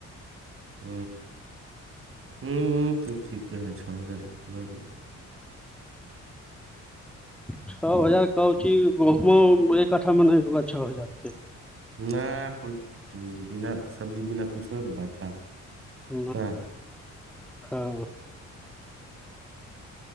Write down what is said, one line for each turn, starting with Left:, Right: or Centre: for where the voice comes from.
Right: ہ ہ تو ٹھیک ہے چھ ہزار ل ن <unintelligible>
Centre: چھو ہزار کاچی گہموں ایکٹھا میں نہیں ہوگا چھ ہزار کے
Right: نہ کوئی بنا سبزی بنا کچھ ہو کے بات تھا
Centre: ہ
Right: کیا
Centre: ہاں